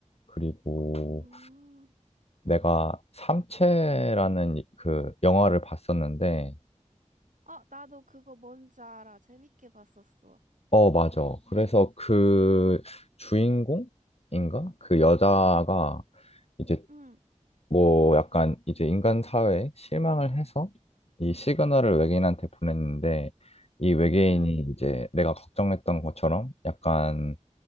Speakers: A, on the left; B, on the right.
A: 그리고
B: 음,
A: 내가
B: 응.
A: 삼체라는 이- 그 영화를 봤었는데,
B: 어, 나도 그거 뭔지 알아. 재밌게 봤었어.
A: 어, 맞아. 그래서 그 주인공인가? 그 여자가 이제
B: 응,
A: 뭐 약간 이제 인간 사회에 실망을 해서 이 시그널을 외계인한테 보냈는데, 이 외계인이
B: 응.
A: 이제 내가 걱정했던 것처럼 약간